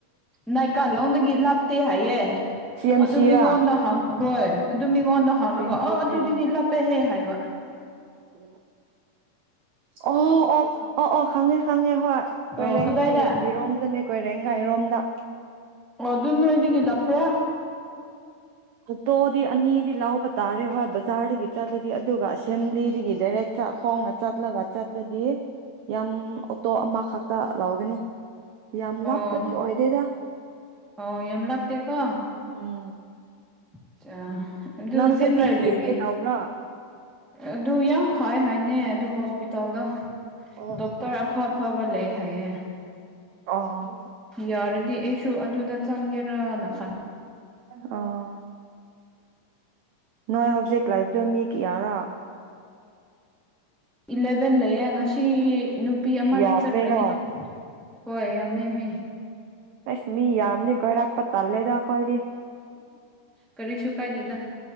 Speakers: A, in the centre; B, on the right.
A: ꯅꯥꯏꯀꯥꯂꯣꯡꯗꯒꯤ ꯂꯥꯞꯇꯦ ꯍꯥꯏꯌꯦ
B: ꯁꯤ ꯑꯦꯝ
A: ꯑꯗꯨ
B: ꯁꯤꯔꯥ
A: ꯃꯤꯉꯣꯟꯗ꯫ ꯍꯣꯏ꯫ ꯑꯗꯨ ꯃꯤꯉꯣꯟꯗ ꯍꯪꯔꯒ
B: ꯁꯤ ꯑꯦꯝ ꯁꯤ
A: ꯑ ꯑꯗꯨꯗꯤ
B: ꯀꯥꯏꯗꯅꯣ
A: ꯂꯥꯞꯄꯦꯍꯦ ꯍꯥꯏꯕ꯫
B: ꯄꯨ꯫ ꯑꯣ ꯑꯣ ꯑꯣ ꯑꯣ ꯈꯪꯉꯦ ꯈꯪꯉꯦ ꯍꯣꯏ ꯀꯣꯏꯔꯦꯡꯒꯩ
A: ꯑꯣ ꯀꯗꯥꯏꯗ
B: ꯌꯤꯔꯣꯝꯗꯅꯦ ꯀꯣꯏꯔꯦꯡꯒ ꯔꯦꯒꯥꯏ ꯔꯣꯝꯗ
A: ꯑꯣ ꯑꯗꯨ ꯅꯣꯏꯗꯒꯤ ꯂꯥꯞꯄꯨ꯭ꯔꯥ
B: ꯑꯣꯇꯣꯗꯤ ꯑꯅꯤꯗꯤ ꯂꯧꯕ ꯇꯥꯔꯦ ꯍꯣꯏ ꯕꯖꯥꯔꯗꯒꯤ ꯆꯠꯂꯗꯤ ꯑꯗꯨꯒ ꯑꯁꯦꯝꯕ꯭ꯂꯤꯗꯒꯤ ꯗꯥꯏꯔꯦꯛ ꯈꯣꯡꯅ ꯆꯠꯂꯒ ꯆꯠꯂꯗꯤ ꯌꯥꯝ ꯑꯣꯇꯣ ꯑꯃꯈꯛꯇ ꯂꯧꯥꯎꯒꯅꯤ ꯌꯥꯝ
A: ꯑꯣ
B: ꯂꯥꯞꯄꯗꯤ ꯑꯣꯏꯗꯦꯗ
A: ꯑꯣ ꯌꯦꯝꯂꯞꯇꯦꯀꯣ
B: ꯎꯝ
A: ꯑꯆꯥ ꯑꯗꯨꯖꯤꯟ
B: ꯅꯪꯁꯨ ꯑꯗꯨꯗ
A: ꯔꯥꯏꯂꯤꯒꯤ
B: ꯌꯦꯡꯒꯦ ꯇꯧꯕ꯭ꯔꯥ
A: ꯑꯗꯨ ꯌꯥꯝ ꯐꯩ ꯍꯥꯏ ꯑꯅꯦ ꯑꯗꯨ ꯍꯣꯁ ꯍꯣꯁꯄꯤꯇꯥꯜꯗ
B: ꯑꯣ
A: ꯗꯣꯛꯇꯔ
B: ꯑꯣ
A: ꯑꯐ ꯑꯐꯕ ꯂꯩꯌꯦ ꯍꯥꯏꯌꯦ
B: ꯑꯣ
A: ꯌꯔꯗꯤ ꯑꯦ ꯁꯨ ꯑꯗꯨꯗ ꯆꯪꯒꯦꯔꯅ ꯈꯟ
B: ꯑ ꯅꯣꯏ ꯍꯧꯖꯤꯛ ꯂꯩꯕꯗꯣ ꯃꯤ ꯀꯌꯥꯔꯥ
A: ꯏꯂꯦꯚꯦꯟ ꯂꯩꯌꯦꯦ ꯉꯁꯤ ꯅꯨꯄꯤ ꯑꯃꯗꯤ
B: ꯌꯥꯝꯃꯦꯅ
A: ꯆꯠꯈ꯭ꯔꯅꯤ ꯍꯣꯏ ꯌꯥꯝꯃꯦ ꯃꯤ
B: ꯑꯩꯁ ꯃꯤ ꯌꯥꯝꯅꯤ ꯀꯣꯏꯔꯛꯄ ꯇꯜꯂꯦꯗ ꯑꯩꯈꯣꯏꯗꯤ
A: ꯀꯔꯤꯁꯨ ꯀꯥꯏꯗꯦꯗ